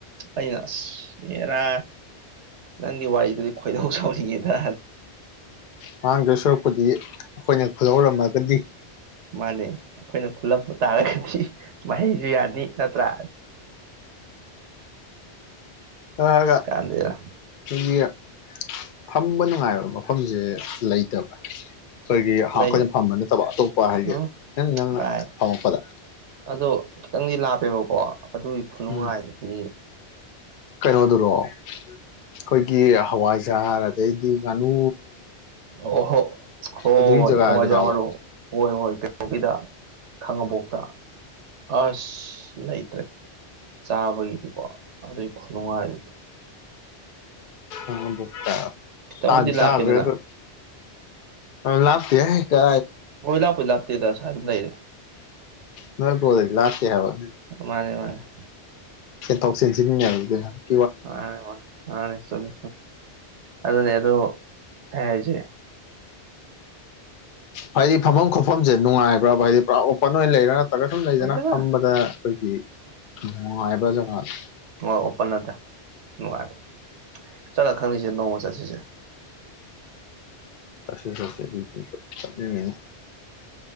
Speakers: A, on the right; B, on the left.
A: ꯑꯩꯅ ꯑꯁꯅꯦꯔꯥ ꯅꯪꯒꯤ ꯋꯥꯔꯤ ꯑꯗꯨꯗꯤ ꯈꯣꯏꯗ ꯁꯥꯎꯔꯤꯉꯦꯗ
B: ꯃꯥꯡꯗ ꯁꯨꯔꯛꯄꯨꯗꯤ ꯑꯩꯈꯣꯏꯅ ꯈꯍꯧꯔꯝꯃꯒꯗꯤ
A: ꯃꯥꯅꯦ ꯑꯩꯈꯣꯏꯅ ꯈꯨꯜꯂꯝꯄ ꯇꯥꯔꯒꯗꯤ ꯃꯍꯩꯁꯨ ꯌꯥꯅꯤ ꯅꯠꯇ꯭ꯔꯥ
B: ꯍꯒ
A: ꯀꯥꯟꯗꯦꯗ
B: ꯌꯦꯌꯥ ꯐꯝꯕ ꯅꯨꯡꯉꯥꯏꯕ ꯃꯐꯝꯁꯦ ꯂꯩꯇꯕ ꯑꯩꯈꯣꯏꯒꯤ ꯑꯩꯈꯣꯏꯅ
A: ꯂꯩ
B: ꯐꯝꯕ ꯅꯠꯇꯕ ꯑꯇꯣꯞꯄ ꯍꯥꯏꯁꯦ
A: ꯎꯝ
B: ꯅꯪ ꯅꯪꯅ
A: ꯕꯥꯏ
B: ꯐꯝꯃꯛꯄꯗ
A: ꯑꯗꯣ ꯈꯤꯇꯪꯗꯤ ꯂꯥꯞꯄꯦꯕꯀꯣ ꯑꯗꯨꯒꯤ ꯈꯨꯅꯨꯡꯉꯥꯏꯗꯤ
B: ꯎꯝ ꯀꯩꯅꯣꯗꯨꯔꯣ ꯑꯩꯈꯣꯏꯒꯤ ꯍꯋꯥꯏꯖꯥꯔ ꯑꯗꯩꯗꯤ ꯉꯥꯅꯨ
A: ꯑꯣ ꯍꯣ ꯍꯣꯏꯣꯏ
B: ꯑꯗꯨꯒꯤ ꯖꯒꯥꯗꯨꯔꯕ
A: ꯍꯋꯥꯖꯥꯃꯨ ꯍꯣꯏ ꯍꯣꯏ ꯀꯩꯕꯤꯗ ꯈꯥꯡꯉꯕꯣꯛꯇ ꯑꯁ ꯂꯩꯇ꯭ꯔꯦ ꯆꯥꯕꯒꯤꯗꯤꯀꯣ ꯑꯗꯨꯒꯤ ꯈꯨꯅꯨꯡꯉꯥꯏꯔꯗꯤ
B: ꯑꯣꯛꯇ
A: ꯈꯤꯇꯪꯕꯨꯗꯤ
B: ꯇꯕꯤꯗꯒ꯭ꯔꯦ
A: ꯂꯥꯞꯄꯤꯗꯅ
B: ꯑꯗꯨ ꯂꯥꯛꯇ ꯀ
A: ꯍꯣꯏ ꯂꯥꯞꯄꯨꯗꯤ ꯂꯥꯞꯇꯦꯗ ꯁ꯭ꯋꯥꯏ ꯑꯗꯨꯝ ꯂꯩꯔꯦ
B: ꯅ ꯀ ꯂꯥꯁꯇ ꯍꯥꯏꯕ
A: ꯃꯥꯅꯦ ꯃꯥꯅꯦ
B: ꯆꯦꯟꯊꯣꯛ ꯆꯦꯟꯁꯤꯟꯉꯕ
A: ꯑꯅꯦ ꯃꯥꯅꯦꯃꯦꯃꯦ ꯑꯗꯨꯅꯦ ꯑ ꯑꯗꯨꯣ ꯍꯥꯏꯆꯦ
B: ꯍꯥꯏꯗꯤ ꯐꯝꯐꯝ ꯈꯣꯠꯐꯝꯁꯦ ꯅꯨꯡꯉꯥꯏꯕ꯭ꯔꯥꯕ ꯍꯥꯏꯗꯤ ꯄꯨꯔꯥ ꯑꯣꯄꯟ ꯑꯣꯏꯅ ꯂꯩꯔ ꯅ꯭ꯔꯒ ꯁꯨꯝ ꯂꯩꯗꯅ
A: ꯑꯣꯏꯗꯦꯗ
B: ꯐꯝꯕꯗ ꯑꯩꯈꯣꯏꯒꯤ ꯅꯨꯡꯉꯥꯏꯕ ꯖꯒꯥꯗꯣ
A: ꯃ ꯑꯣꯄꯗ ꯅꯅꯨꯡꯉꯥꯏꯔꯣ ꯆꯂ ꯈꯪꯅꯤꯁ ꯅꯣꯡꯃ ꯆꯥꯁꯤꯁ
B: ꯆꯁꯦ ꯆꯁꯦ ꯑꯗꯨ ꯇ ꯇ ꯆꯅꯤ